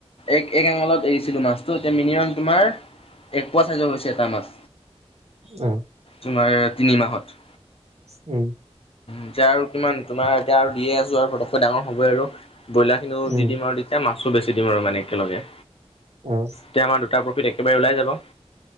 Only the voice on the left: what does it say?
এক এক আঙলত এৰিছিলো মাছটোত। এতিয়া মিনিমাম তোমাৰ এক পোৱা চাইজৰ হৈছে এটা মাছ।
তোমাৰ তিনিমাহত।
এতিয়া আৰু কিমান তোমাৰ এতিয়া আৰু দিয়েই আছো আৰু পটককে ডাঙৰ হ'ব আৰু ব্ৰইলাৰ খিনিও
দি দিম আৰু এ মাছো বেছি দিম আৰু মানে একেলগে।
তেতিয়া আমাৰ দুটা প্ৰফিট একেবাৰে ওলাই যাব।